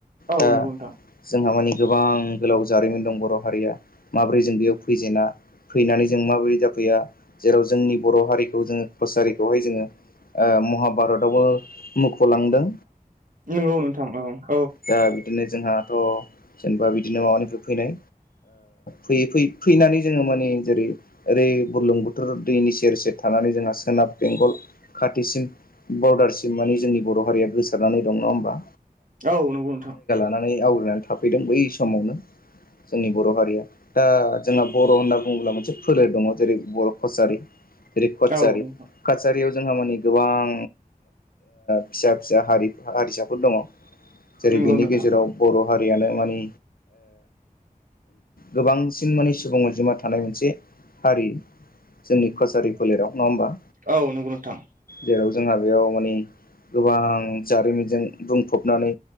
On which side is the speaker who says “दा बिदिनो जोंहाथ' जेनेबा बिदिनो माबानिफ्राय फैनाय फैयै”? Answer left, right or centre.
Left